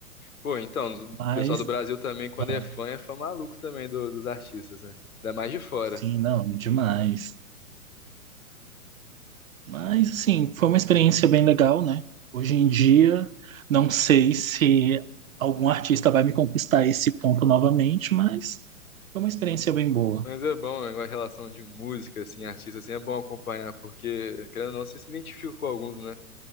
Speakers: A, on the left; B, on the right.
A: Pô, então, o
B: Mas,
A: pessoal do Brasil também, quando
B: ah,
A: é fã, é fã maluco também do- dos artistas, né? Ainda mais de fora.
B: sim, não, demais. Mas, assim, foi uma experiência bem legal, né? Hoje em dia, não sei se algum artista vai me conquistar esse ponto novamente, mas foi uma experiência bem boa.
A: Mas é bom, né? Em relação de música, assim, artista, assim, é bom acompanhar, porque, querendo ou não, você se identifica com alguns, né?